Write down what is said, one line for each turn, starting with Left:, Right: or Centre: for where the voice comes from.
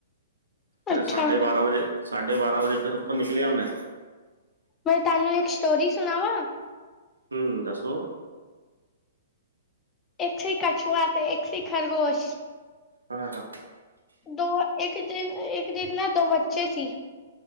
Right: ਤੇ
Left: ਅੱਛਾ
Right: ਸਾਡੇ ਬਾਰਾਂ ਵਜੇ ਸਾਡੇ ਬਾਰਾਂ ਵਜੇ ਫਿਰ ਉੱਥੋਂ ਨਿਕਲਿਆ ਮੈਂ।
Left: ਮੈਂ ਤੁਹਾਨੂੰ ਇੱਕ ਸਟੋਰੀ ਸੁਣਾਵਾਂ?
Right: ਹਮ ਦੱਸੋ?
Left: ਇੱਕ ਸੀ ਕਛੂਆ ਤੇ ਇੱਕ ਸੀ ਖਰਗੋਸ਼।
Right: ਹਾਂ-ਹਾਂ।
Left: ਦੋ ਇੱਕ ਦਿਨ ਇੱਕ ਦਿਨ ਨਾ ਦੋ ਬੱਚੇ ਸੀ।